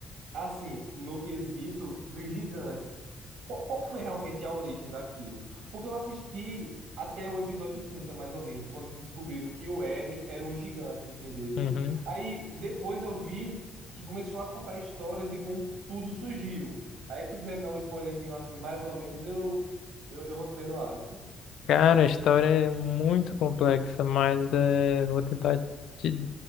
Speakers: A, on the right; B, on the left.
A: Assim, no quesito dos gigantes, qual, qual foi realmente a origem daquilo? Porque eu assisti até o episódio 30 mais ou menos, quando descobriram que o Eren era um gigante, entendesse?
B: Uhum.
A: Aí depois eu vi que começou a contar a história de como tudo surgiu. Aí se tu quiser me dar um spoilerzinho assim, mais ou menos, eu, eu, eu vou te perdoar, vice.
B: Cara, a história é muito complexa, mas eh, vou tentar te